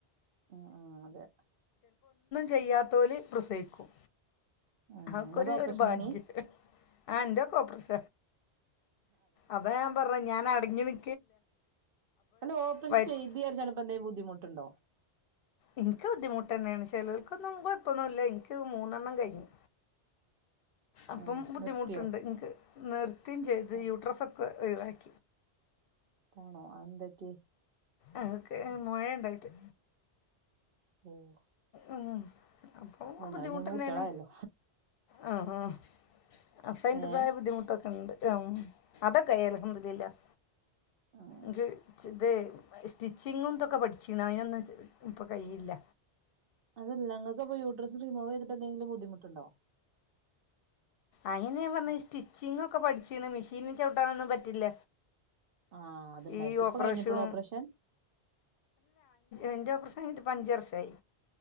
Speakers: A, on the right; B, on the left.
A: ഉം ഉം അതെ
B: ചെയ്യാത്തോൽ പ്രസവിക്കും
A: ഉം
B: ആക്കൊരു
A: ഇങ്ങൾത് ഓപ്പറേഷനേനി
B: ഭാഗ്യം ആ എന്റെ ഒക്കെ ഓപ്പറേഷ അതാ ഞാൻ പറഞ്ഞെ ഞാൻ അടങ്ങി നി
A: അല്ലോ ഓപ്രേഷൻ
B: വയറ്റ്
A: ചെയ്തി വിചാരിച്ച് ഇപ്പൊ എന്തേലും ബുദ്ധിമു ട്ടുണ്ടോ
B: എനിക്ക് ബുദ്ധിമുട്ട് ന്നെണ് ചെലോല്ക്കൊന്നും കൊഴപ്പൊന്നുല്ല എനിക്ക് മൂന്നെണ്ണം കഴിഞ്ഞി അപ്പം
A: ഏഹ്
B: ബുദ്ധിമുട്ടുണ്ട്
A: നിർത്തിയോ
B: നിക്ക് നിർത്തിം ചെയ്ത്
A: ഏഹ്
B: യൂട്രസ് ഒക്കെ ഒഴിവാക്കി
A: ആണോ അഎന്തറ്റി
B: ആ ഓൾക്ക് മൊഴണ്ടായിട്ട്
A: ഓഹ്
B: ഉം അപ്പൊ
A: അല്ല എന്നാലും
B: ബുദ്ധിമുട്ടെന്നേണ്
A: മൂന്ന് കുട്ടികളായല്ലോ
B: ആ ഹ്ആഹ് അഫയ്ന്റെതായ
A: ഏഹ്
B: ബുദ്ധിമുട്ടൊക്കെ ഉണ്ട് അതൊക്കെ അൽഹംദുലില്ലാഹ്
A: ഉം
B: ഒരു ഇത് സ്റ്റിച്ചിങ്ങും ഇതൊക്കെ പഠിചീനു അതിനൊന്നും ഇപ്പം കഴില്ല
A: അതല്ല ഇങ്ങൾക്ക് യൂട്രെസ് റിമൂവ് യ്തിട്ട് എന്തെങ്കിലും ബുദ്ധിമുട്ട് ഇണ്ടോ
B: അയ്ന്നെന്നെ ഞാൻ പറഞ്ഞെ സ്റ്റിച്ചിങ്ങിക്കെ പഠിച്ചീന് മിഷീനി ചൗട്ടാനൊന്നും പറ്റില്ല
A: ആഹ് അത്ണ്ടായിട്ട
B: ഈ
A: ഇപ്പൊ
B: ഓപ്പറേഷൻ
A: കഴിഞ്ഞിട്ടുള്ളൂ ഓപ്പറേഷൻ
B: എന്റെ ഓപ്പറേഷൻ കഴിഞ്ഞിട്ട് ഇപ്പൊ അഞ്ചു വർഷം ആയി